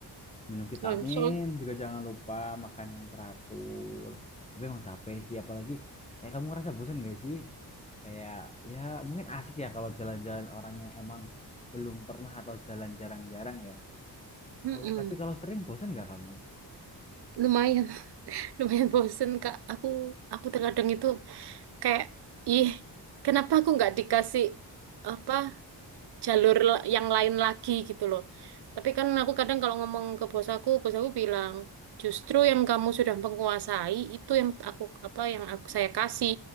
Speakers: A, on the left; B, on the right.
A: minum vitamin
B: Soal, soal,
A: juga jangan lupa makan yang teratur tapi emang capek sih apalagi kayak kamu ngerasa bosan gak sih kayak ya mungkin asik ya kalau jalan-jalan orang yang emang belum pernah atau jalan jarang-jarang ya
B: mm-mm.
A: kalau tapi kalau sering bosan gak kamu
B: Lumayan, <laughs> lumayan bosen Kak. Aku, aku terkadang itu kayak, ih, kenapa aku nggak dikasih apa jalur la- yang lain lagi gitu loh. Tapi kan aku kadang kalau ngomong ke bos aku, bos aku bilang, justru yang kamu sudah menguasai itu yang aku apa yang aku saya kasih.